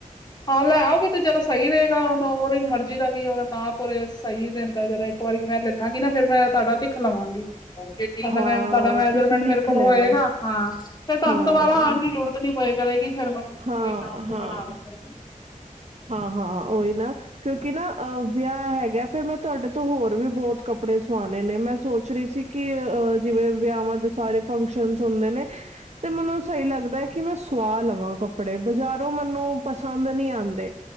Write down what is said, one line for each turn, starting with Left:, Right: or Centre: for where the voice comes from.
Left: ਹਾਂ ਲੈ ਆਓਗੇ ਤੇ ਜ਼ਰਾ ਸਹੀ ਰਹੇਗਾ ਉਹਨੂੰ ਉਹਦੀ ਮਰਜ਼ੀ ਦਾ ਵੀ ਉਹਦਾ ਨਾਪ ਉਰੇ ਸਹੀ ਰਹਿੰਦਾ ਜਰਾ ਏਕ। ਇੱਕ ਵਾਰੀ ਮੈਂ ਲੇਲਾਂਗੀ ਨਾ ਫੇਰ ਮੈਂ ਤੁਹਾਡਾ ਲਖ ਲਵਾਂਗੀ। ਤੁਹਾਡਾ
Right: ਹਾਂ
Left: ਮੈਜਰਮੈਂਟ
Right: ਤੁਸੀਂ ਲਿਖ
Left: ਮੇਰੇ ਕੋਲ
Right: ਲੈਣਾ
Left: ਹੋਏਗਾ, ਹਾਂ ਫੇਰ ਤੁਹਾਨੂੰ
Right: ਹਾਂ
Left: ਦੁਆਰਾ ਆਣ ਦੀ ਲੋੜ ਨੀ। ਇਤਨੀ ਪਏ ਕਰੇਗੀ ਫਿਰ ਮੈਂ ਨੂੰ
Right: ਹਾਂ
Left: ਕੋਈ ਨਾਪ ਕੇ
Right: ਹਾਂ
Left: ਬਣਾ ਦਾਂਗੇ
Right: ਹਾਂ-ਹਾਂ ਓਹੀ ਨਾ, ਕਿਉਂਕਿ ਨਾ ਅ ਵਿਆਹ ਹੈਗਾ, ਫਿਰ ਮੈਂ ਤੁਹਾਡੇ ਤੋਂ ਹੋਰ ਵੀ ਬੋਤ ਕੱਪੜੇ ਸੁਆਉਣੇ ਨੇ ਮੈਂ। ਸੋਚ ਰਹੀ ਸੀ, ਕਿ ਅ ਜਿਵੇਂ ਵਿਆਹਾਂ ਦੇ ਸਾਰੇ ਫੰਕਸ਼ਨਜ਼ ਹੁੰਦੇ ਨੇ ਤੇ ਮੈਨੂੰ ਸਹੀ ਲੱਗਦਾ ਐ, ਕਿ ਮੈਂ ਸੁਆ ਲਵਾਂ ਕੱਪੜੇ, ਬਜ਼ਾਰੋਂ ਮੈਨੂੰ ਪਸੰਦ ਨੀ ਆਂਦੇ।